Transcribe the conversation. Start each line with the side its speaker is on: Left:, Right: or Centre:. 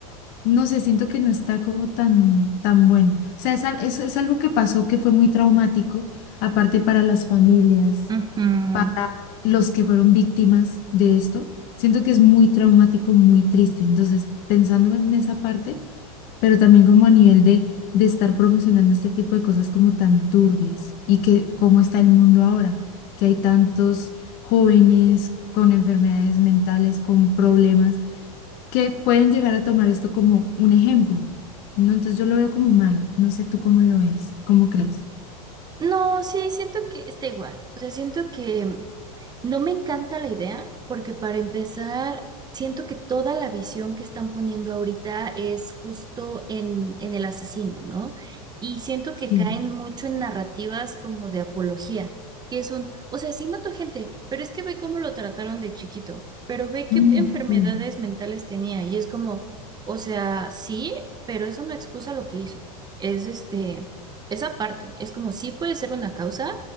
Left: no sé, siento que no está como tan, tan bueno. O sea, es, al- es, es algo que pasó que fue muy traumático, aparte para las familias
Right: Mm, ujú.
Left: para los que fueron víctimas de esto. Siento que es muy traumático, muy triste. Entonces, pensando en esa parte, pero también como a nivel de, de estar promocionando este tipo de cosas como tan turbias y que cómo está el mundo ahora, que hay tantos jóvenes con enfermedades mentales, con problemas, que pueden llegar a tomar esto como un ejemplo. No, entonces yo lo veo como mal. No sé tú cómo lo veas, cómo crees.
Right: No, sí, siento que está igual. O sea, siento que no me encanta la idea porque para empezar, siento que toda la visión que están poniendo ahorita es justo en, en el asesino, ¿no? Y siento que
Left: Sí.
Right: caen mucho en narrativas como de apología, que es un, o sea, sí mató gente, pero es que ve cómo lo trataron de chiquito, pero ve qué
Left: Mm,
Right: enfermedades
Left: sí.
Right: mentales tenía y es como, o sea, sí, pero eso no excusa lo que hizo. Es este esa parte es como sí puede ser una causa,